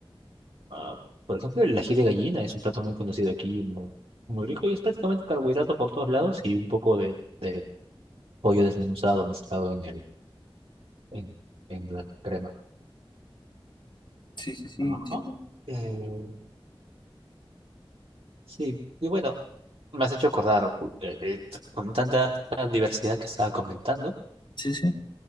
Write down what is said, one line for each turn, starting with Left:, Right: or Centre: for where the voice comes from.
Right: Ah, por ejemplo, el ají de gallina es un plato muy conocido aquí, muy, muy rico y es prácticamente carbohidrato por todos lados y un poco de, de pollo desmenuzado mezclado en el, en, en la crema.
Left: Sí, sí, sí,
Right: Ajá.
Left: entiendo.
Right: Eh, sí, y bueno, me has hecho acordar pu- eh, eh, t- con tanta, tanta diversidad que estaba comentando.
Left: Sí, sí.